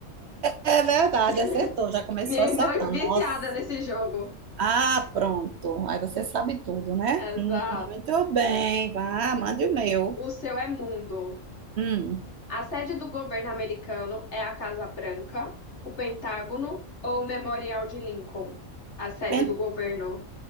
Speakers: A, on the right; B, on the left.
A: É verdade,
B: <laughs>
A: acertou, já começou
B: Minha
A: acertando.
B: irmã é viciada
A: Nossa.
B: nesse jogo.
A: Ah, pronto. Aí você sabe tudo, né?
B: Exato.
A: Hum, muito bem, vá, mande o meu.
B: O seu é mundo.
A: Hum,
B: A sede do governo americano é a Casa Branca, o Pentágono ou o Memorial de Lincoln? A sede
A: pen-
B: do governo,